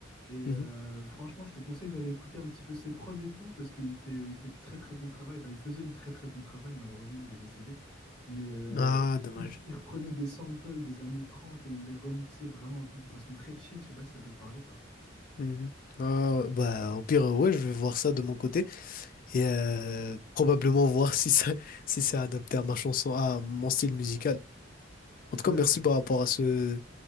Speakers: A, in the centre; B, on the left.
A: Et
B: Mhm.
A: euh, franchement, je te conseille d'aller écouter un petit peu ses prods et tout, parce qu'il fait, il fait du très très bon travail. Enfin, il faisait du très très bon travail, malheureusement, il est décédé. Mais euh,
B: Ah, dommage.
A: il, il reprenait des samples des années 30 et il les remixait vraiment de façon très chill. Je sais pas si ça peut te parler, quoi.
B: Mhm. Ah, ouais. bah, au pire, euh, ouais, je vais voir ça de mon côté et euh, probablement voir si ça, <laughs> si c'est adapté à ma chanson, à mon style musical. En tout cas,
A: Ouais,
B: merci
A: faut...
B: par rapport à ce,